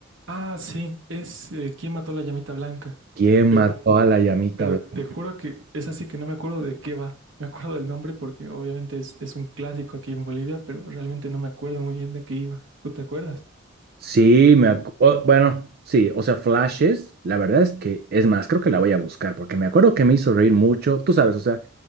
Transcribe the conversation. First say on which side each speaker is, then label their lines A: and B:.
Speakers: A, on the right; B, on the right.
A: Ah, sí, es eh, ¿Quién mató a la llamita blanca?
B: ¿Quién
A: Pero,
B: mató a la llamita
A: pero
B: blanca?
A: te juro que es así que no me acuerdo de qué va. Me acuerdo del nombre porque obviamente es, es un clásico aquí en Bolivia, pero realmente no me acuerdo muy bien de qué iba. ¿Tú te acuerdas?
B: Sí, me acu- o- bueno, sí, o sea, flashes, la verdad es que, es más, creo que la voy a buscar porque me acuerdo que me hizo reír mucho, tú sabes, o sea,